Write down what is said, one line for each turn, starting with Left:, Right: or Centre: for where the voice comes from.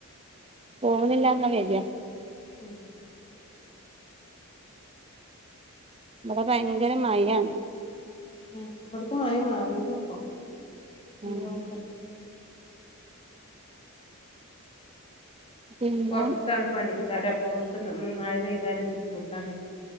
Right: പോന്നില്ലാന്നാ വര
Left: ഉം
Right: ഇവിടെ ഭയങ്കര മഴയാണ്
Left: ഉം ഇബ്ട്ക്ക് മഴ മാറിക്ക്ണ് പ്പോ വെല്യാ
Right: ആഹ്
Left: കൊഴപ്പല്ല
Right: പിന്നെ
Left: പൊറത്താണ് പണിക്കാര് അപ്പൊ അവർക്ക് മഴ പെയ്താല് ബുദ്ധിമുട്ടാണ്